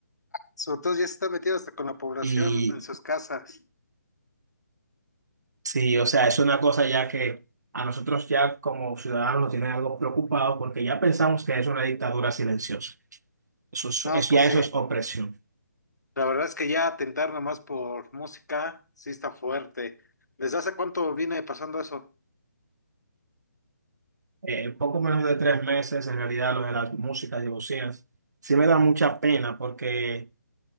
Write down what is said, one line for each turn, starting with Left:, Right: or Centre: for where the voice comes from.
Left: Sobre todo ya se está metido hasta con la población
Right: Y
Left: en sus casas.
Right: sí, o sea, es una cosa ya que a nosotros ya como ciudadanos nos tiene algo preocupado porque ya pensamos que es una dictadura silenciosa. Eso es,
Left: No,
Right: es-
Left: pues
Right: ya
Left: sí.
Right: eso es opresión.
Left: La verdad es que ya atentar nomás por música sí está fuerte. ¿Desde hace cuánto viene pasando eso?
Right: eh, poco menos de tres meses, en realidad, lo de las músicas y bocinas, sí me da mucha pena porque,